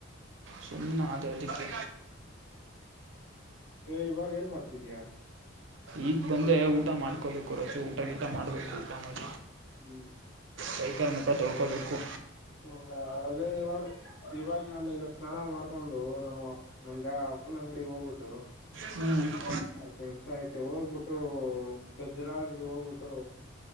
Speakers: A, on the right; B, on the left.
A: ಸುನಾ ಅದೇ ಅದಕ್ಕೆ
B: ಇವಾಗ ಏನ್ ಮಾಡ್ತಿದಯ
A: ಈಗ ಬಂದೇ ಊಟ ಮಾಡ್ಕೋಬೇಕು ರೋಜೆ ಊಟ ಗೀಟ ಮಾಡಬೇಕು ಮಾಡ
B: ಹ್ಮ
A: ಬೈಕಲ್ ಮುಖ ತೊಳ್ಕೋಬೇಕು
B: ಹ್ಮ ಅದೇ ಇವಾಗ ಇವಾಗ ನಾನ ಈಗ ಸ್ನಾನ ಮಾಡ್ಕೊಂಡು ನಮ್ಮ ನಮ್ದ ಅಪ್ಪನ ಅಂಗಡಿಗೆ ಹೋಗ್ಬಿಟ್ಟು
A: ಹ್ಮ್
B: ಆ ಕೆಲ್ಸ ಐತಿ ಹೋಗ್ಬಿಟ್ಟು ಗಜರ ಹೋಗ್ಬಿಟ್ಟು